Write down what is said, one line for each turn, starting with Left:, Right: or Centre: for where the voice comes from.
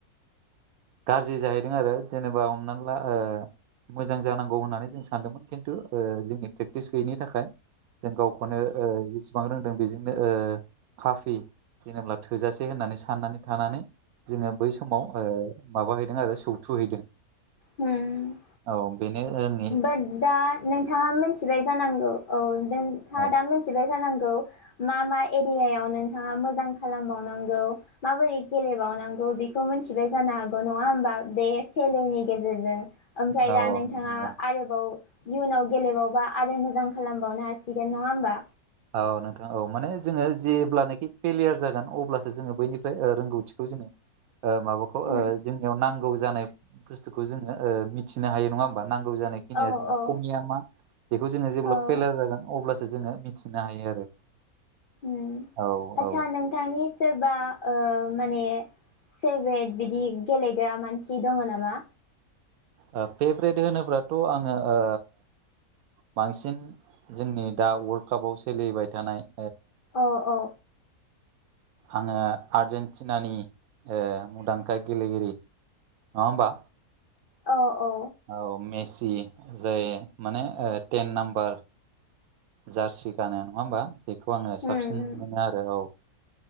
Right: गाज्रि जाहैदों आरो जेनेबा हमनानै ला ओ मोजां जानांगौ होननानै जों सानदोंमोन खिन्थु जोंनि प्रेक्टिस गैयिनि थाखाय जों गावखौनो ओ जेसेबां रों जों बेजोंनो ओ खाफि जेनेब्ला थोजासे होननानै साननानै थानानै जोङो बै समाव ओ माबाहैदों आरो सौथु हैदों।
Left: उम
Right: औ। बेनो ओं
Left: बाद दा नोंथाङा मिथिबाय जानांगौ औ नोंथाङा
Right: औ
Left: दा मोनथि थिबाय जानांगौ मा मा एरियायाव नोंथाङा मोजां खालामबावनांगौ माबोरै गेलेबावनांगौ बेखौ मिथिबाय जानो हागौ नङा होम्बा बे खेलनि गेजेरजों। ओमफ्राय
Right: औ
Left: दा नोंथाङा
Right: औ
Left: आरोबाव इयुनाव गेलेबावबा आरो मोजां खालामबावनो हासिगोन नङा होमबा?
Right: औ नोंथां औ माने जोङो जेब्लानोखि फेलियार जागोन अब्लासो जोङो बैनिफ्राय रोंगौथिखौ जोङो ओ माबाखौ
Left: उम।
Right: ओ जोंनियाव नांगौ जानाय बुस्थुखौ जोङो ओ मिथिनो हायो नङा होमबा नांगौ जानाय खिनिया
Left: औ
Right: जोंहा
Left: औ
Right: खमिया मा बेखौ जोङो जेब्ला
Left: औ
Right: फेलार जागोन अब्लासो जोङो मिथिनो हायो आरो।
Left: उम
Right: औ
Left: आतसा
Right: औ
Left: नोंथांनि सोरबा ओ‌ माने फेभरेट बिदि गेलेग्रा मानसि दङ नामा?
Right: ओ फेभरेट होनोबाथ' आङो ओ बांसिन जोंनि दा वर्ल्ल्ड कापाव सोलिबाय थानाय
Left: अ अ।
Right: आङो आर्जेेनटिनानि ओ मुंदांखा गेलेगिरि नङा होमबा
Left: औ औ।
Right: औ मेसि जाय माने टेन नाम्बार जार्सि गानो नङा होमबा बेखौ आङो साबसिन
Left: उम
Right: मोनो आरो औ।